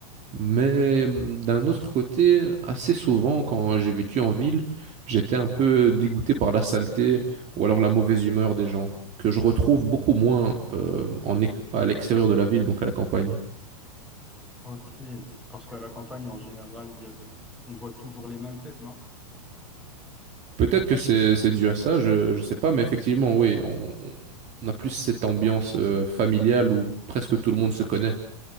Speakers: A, on the right; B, in the centre.
A: Mais hum, d'un autre côté, assez souvent quand j'ai vécu en ville, j'étais un peu dégoûté par la saleté ou alors la mauvaise humeur des gens, que je retrouve beaucoup moins euh, en, é- à l'extérieur de la ville, donc à la campagne.
B: Ok, parce qu'à la campagne, en général, il y a, on voit toujours les mêmes têtes, non?
A: Peut-être que c'est c'est dû à ça, je, je sais pas, mais effectivement, oui, on, on a plus cette ambiance euh, familiale où presque tout le monde se connaît.